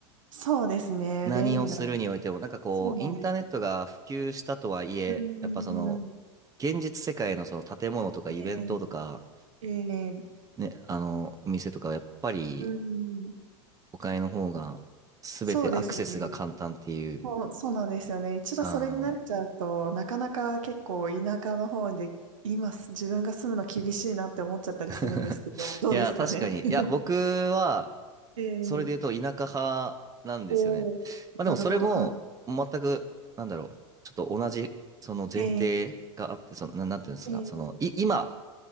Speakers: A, on the right; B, on the right.
A: そうですね、
B: 何をするにおいても、
A: 便利な、
B: なんかこう、
A: そうなんですよ。
B: インターネットが普及したとはいえ、
A: うー
B: やっぱその、
A: ん。
B: 現実世界のその建物とかイベントとか、
A: えーえー
B: ね、あの、お店とかはやっぱり
A: うーん。
B: 都会の方が全てアクセスが簡単っていう。
A: そうですね。そう、そうなんですよね。一度それに慣れちゃうと、
B: あー
A: なかなか結構田舎の方で、今す自分が住むの厳しいなって思っちゃったりするんですけど、
B: <laughs>
A: どうですかね。
B: いや、確かに。
A: <laughs>
B: いや、僕は、
A: ええ
B: それで言うと田舎派なんですよね。
A: おー、
B: まあでもそれも、
A: なるほど、は
B: 全く、なんだろう、ちょっと同じ、その前提があって、
A: い。ええ
B: その、な、なんていうんですか、
A: えー
B: その、い、今